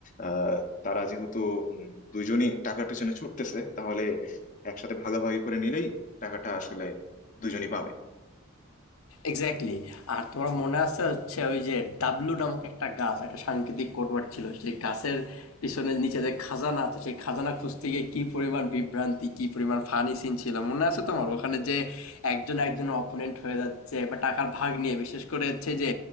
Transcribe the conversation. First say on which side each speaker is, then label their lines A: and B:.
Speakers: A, on the left; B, on the left.
A: আহ, তারা যেহেতু উম, দুইজনই টাকার পিছনে ছুটতেছে তাহলে একসাথে ভাগাভাগি করে নিলেই টাকাটা আসলে দুইজনই পাবে
B: এক্স্যাক্টলি আর তোমার মনে আছে হচ্ছে ওই যে ডাবলু নামক একটা গাছ একটা সাংকেতিক কোডওয়ার্ড ছিল সেই গাছের পিছনে নিচে যে খাজানা আছে সেই খাজানা খুঁজতে গিয়ে কি পরিমাণ বিভ্রান্তি কি পরিমাণ ফানি সিন ছিল মনে আছে তোমার ওখানে যে একজন একজন অপোনেন্ট হয়ে যাচ্ছে বা টাকার ভাগ নিয়ে বিশেষ করে হচ্ছে যে